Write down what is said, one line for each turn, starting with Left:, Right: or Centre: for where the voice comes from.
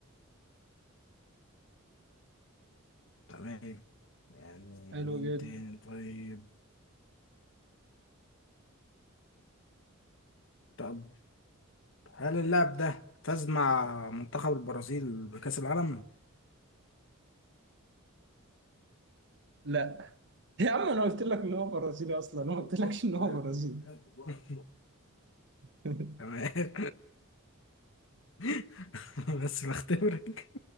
Left: تمام يعني
Right: حلو
Left: مين
Right: جدا
Left: تاني طيب طب هل اللاعب ده فاز مع منتخب البرازيل بكأس العالم؟
Right: لا يا عم أنا قلت لك إن هو برازيلي أصلا أنا ما قلتلكش
Left: <laughs>
Right: إن هو برازيلي <laughs>
Left: تمام <laughs> بس بختبرك